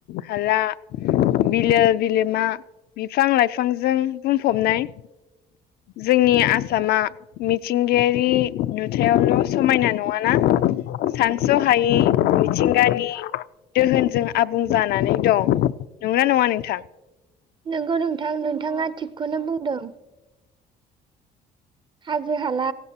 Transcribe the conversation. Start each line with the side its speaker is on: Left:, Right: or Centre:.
Left: हाला बिलो बिलोमा बिफां लाइफांजों बुंफबनाय। जोंनि आस सामा मिथिंगायारि नुथायावल' समायना नङाना सानस'हा हायै मिथिंगानि दोहोनजों आबुं जानानै दं। नंगौना नङा नोंथां?
Right: नोंगौ नोंथां नोंथाङा थिगखौनो बुंदों। हाजो हाला